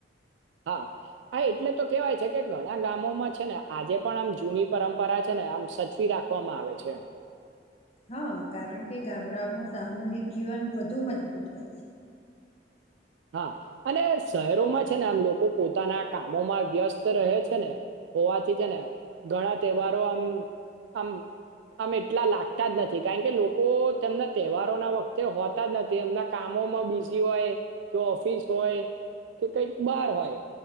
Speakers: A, on the right (about 80°); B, on the left (about 35°).
A: હા હ એટલે તો કેવાય છે કે ઘણા ગામોમાં છે ને આજે પણ આમ જૂની પરંપરા છે ને આમ સચવી રાખવામાં આવે છે.
B: હા કારણ કે ગામડાઓમાં સામૂહિક જીવન વધુ મજબૂત હોય છે.
A: હા અને શહેરોમાં છે ને આમ લોકો પોતાના કામોમાં વ્યસ્ત રહે છે ને હોવાથી છે ને ઘણા તહેવારો આમ આમ આમ એટલા લાગતા જ નથી કારણ કે લોકો તેમના તહેવારો ના વખતે હોતા જ નથી એમના કામોમાં બિઝી હોય કે ઓફિસ હોય કે કઈક બાર હોય